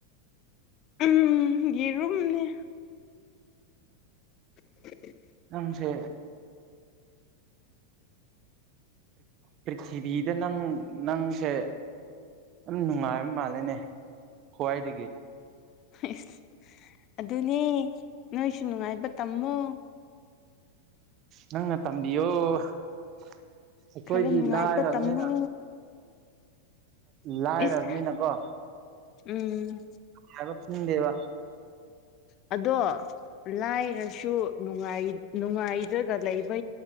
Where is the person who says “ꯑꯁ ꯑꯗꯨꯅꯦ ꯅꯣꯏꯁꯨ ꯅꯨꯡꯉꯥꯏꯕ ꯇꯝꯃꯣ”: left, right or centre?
Left